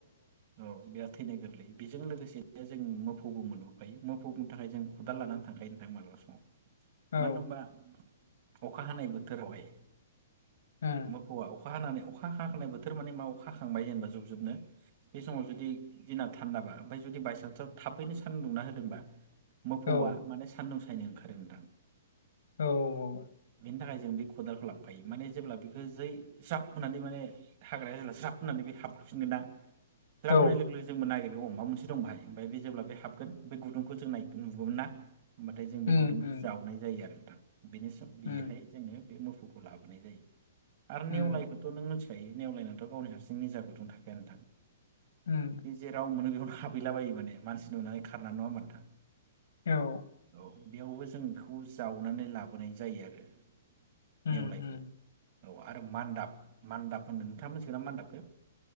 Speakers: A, on the right; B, on the left.
A: औ बिराद थैनो गोरलै बेजों लोगोसेनो जों मोफौबो मोनबोफायो मोफौनि थाखाय जों खुदाल लानानै थांखायो नोंथां माब्लाबा समाव
B: औ
A: मानो होमबा अखा हानाय बोथोरावहाय
B: उम
A: मोफौआ अखा अखा हानानै अखा हाखानाय बोथोर मानानि मा अखा हाखांबाय जेनेबा जुब जुबनो बे समाव जुदि दिना थान्दाबा ओमफ्राय जुदि बायसान्सआव थाबैनो सान्दुं दुंना होदोंबा मोफौआ
B: ओ औ
A: माने सानदुं सा नो ओंखारो नोंथां।
B: औ औ।
A: नि थाखाय जों बे खदालखौ लांफायो माने जेब्ला बेखौ जै ज्राब होननानै माने हाग्राया जेब्ला ज्राब होननानै बे हाबफैनगोनना ज्राब
B: औ
A: होननाय लोगो लोगोनो जोंबो नायगिर बेयाव माबा मोनसे दं बाहाय ओमफाय बे जेब्ला बे हाबगोन बे गुदुंखौ जों नाय नुगोनना। होमबाथाय जों बे
B: उम
A: गुदुंखौ
B: उम
A: जावनाय जायो आरो। बेनो स बेहाय
B: उम
A: जोङो बे मोफौखौ लाबोनाय जायो। आरो
B: उम
A: नेवलायखौथ' नोंङो मिथि खायो नेवलायनावथ' गावनि हारसिं निजा गुुदुं थाखाया नोंथां।
B: उम।
A: बे जेराव मोनो बेयावनो हाबहैलाबायो माने मानसि नुनानै खारना नङा होनबा नोंथां।
B: औ।
A: औ बेयावबो जों बेखौ जावनानै लाबोनाय जायो आरो।
B: उम
A: नेवलायखो
B: उम।
A: औ आरो मान्दाब मान्दाब होनदों नोंथां मिथिगौना मान्दाबखो?